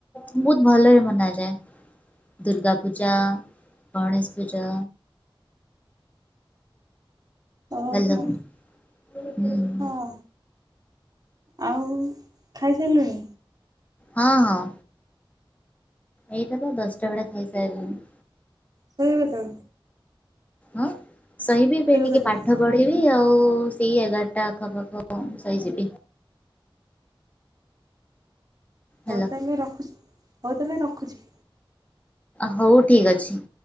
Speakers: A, on the left; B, on the right.
A: ବହୁତ ଭଲରେ ମନାଯାଏ। ଦୁର୍ଗା ପୂଜା ଗଣେଶ ପୂଜା
B: ଓ
A: ହ୍ୟାଲୋ
B: ହୋ।
A: ହୁଁ।
B: ହଁ। ଆଉ ଖାଇସାରିଲୁଣି?
A: ହଁ- ହଁ। ଏଇଟା ତ ଦଶଟା ବେଳେ ଖାଇସାଇଲିଣି।
B: ସେଇ କଥା।
A: ହଁ ଶୋଇିବି ବି ଏବେ ଟିକେ
B: କେତେବେଳେ?
A: ପାଠ ପଢିବି। ଆଉ ସେଇ ଏଗାରଟା ଆଖପାଖ ଶୋଇଯିବି।
B: ହଉ
A: ହେଲା
B: ତାହେଲେ ରଖୁଛି। ହଉ ତାହେଲେ ରଖୁଛି।
A: ହଉ ଠିକ ଅଛି।